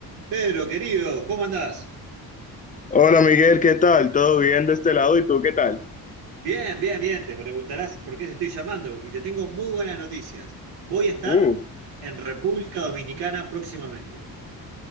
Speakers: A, on the right (about 85°); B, on the left (about 20°).
A: Pedro, querido, ¿cómo andás?
B: Hola Miguel, ¿qué tal? ¿Todo bien de este lado? ¿Y tú qué tal?
A: Bien, bien, bien. Te preguntarás por qué te estoy llamando y te tengo muy buenas noticias. Voy a estar
B: Uh,
A: en República Dominicana próximamente.